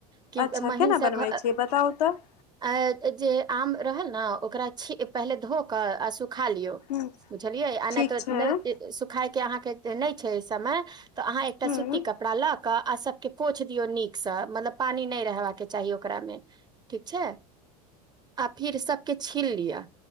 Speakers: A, on the right; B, on the left.
A: कि
B: अच्छा
A: महिंस
B: केना
A: घर।
B: बनबै छियै बताउ तऽ
A: अ जे आम रहल न ओकरा छी पहिले धोक आ सुखा लियौ।
B: ह
A: बुझलियैए आ
B: ठीक
A: नै त
B: छै
A: नै सुखाय के अहाँके नै छै एहि समय तऽ अहाँ एकटा
B: हूँ
A: सूती कपड़ा लक। क आ सबके पोछि दियौ नीकसँ मतलब पानि नै रहबाक चाही ओकरामे। ठीक छै आ फिर सबके छील लिअ